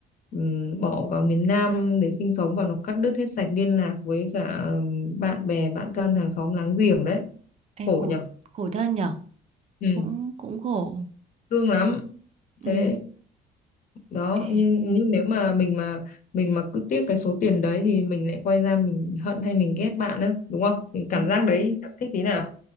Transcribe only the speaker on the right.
Ê,
khổ
khổ thân nhở
Cũng cũng khổ.
Ừ.
Ê.
Ừ.